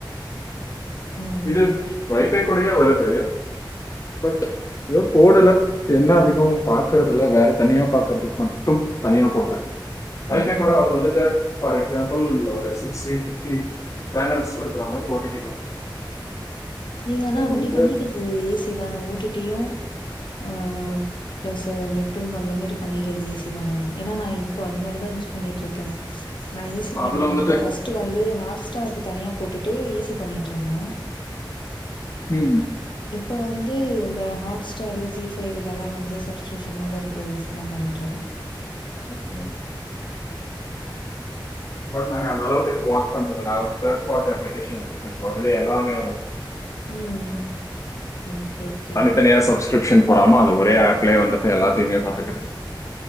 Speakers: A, on the left; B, on the left.
A: ம்
B: பி எஸ் பி வைஃபை கூடயே வருது பட் இன்னு போடல என்ன அதிகமா பாக்குறதுல வேற தனியா பாக்குறதுக்கு மட்டு தனியா போட்ற வைஃபை
A: ம்
B: கூட வரு நடுவ்ல ஃபார் எக்ஸாம்பிள் ஒரு சிக்ஸ் எயிட் ஃபிப்டி பேனல்ஸ் குடுக்கிற மாரி ஓ டி டி குடுக்
A: நீங்க ஆனா அப்படி
B: வந்துட்டு
A: பண்ணிக்கிறது ஈசி தான ஓ டி டியு ஆ பிளஸ் அது நெட்டு அந்த மாரி பண்ணிக்கிறது ஈஸி தான ஏன்னா நா இப் இப்போ அந்த மாரிதா யூஸ் பண்ணிட்டு இருக்க நான் ஈசி பண்றது
B: அதுல வந்துட்டு
A: வந்து ஃபர்ஸ்ட் ஃபர்ஸ்டு வந்து ஹாட்ஸ்டார்க்கு தனியாக போட்டுட்டு ஈஸி பண்ணிட்டு இருந்த
B: ம்
A: இப்போ வந்து இந்த ஹாட்ஸ்டாரு ஜி ஃபைவ் இதெல்லா வந்து சப்ஸ்கிரிப்ஷனோட இருக்குற ஈஸி தா பண்ணிட்ருக்க
B: ஓகே பட் நாங்க அந்தளவுக்கு எதும் வொர்க் பண்றதுல்ல நா வந்து தேர்ட் பார்ட்டி அப்ளிகேஷன் எடுத்திருக்க சோ அதுலயே எல்லாமே வந்துட்டு
A: ம் ம் ஓகே ஓகே
B: த்தனயா சப்ஸ்கிரிப்ஷன் போடாம அது ஒரே ஆப்லே வந்துட்டு எல்லாத்தையுமே பாத்துகுறது